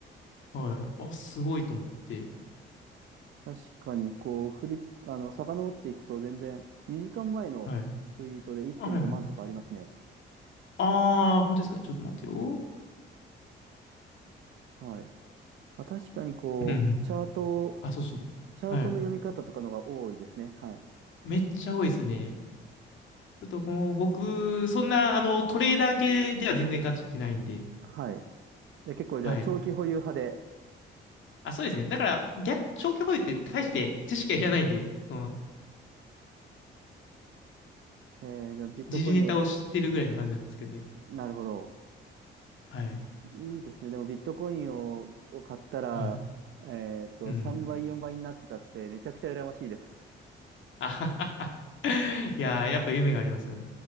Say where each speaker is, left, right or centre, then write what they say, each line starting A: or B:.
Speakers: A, on the left; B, on the right.
A: はい。あ、すごいと思って、
B: 確かに、こう、振り、あの、遡っていくと全然、2時間前のツイートで1.5万とかありますね。
A: はい。あ、はいはい。あー、本当ですかちょっと待ってよ。
B: はい。まあ、確かに、こう、
A: うんうん。
B: チャート、
A: あ、そうそう。
B: チャートの読み方とかのが多いですね。
A: はい。
B: はい。
A: めっちゃ多いですね。ちょっともう僕、そんな、あの、トレーダー系では全然ガチってないんで、
B: はい。で、結構、じゃあ、
A: はい。
B: 長期保有派で、
A: あ、そうですね。だから、逆、長期保有って大して知識はいらないんで、その
B: えーでもビットコインを、
A: 時事ネタを知ってるぐらいの感じなんですけどね。
B: なるほど。
A: はい。
B: いいですね。でも、ビットコインを、を買ったら、
A: はい。
B: えっと、
A: うん。
B: 3倍、4倍になってたって、めちゃくちゃ羨ましいです。
A: あははは。いやー、やっぱ夢がありますよね。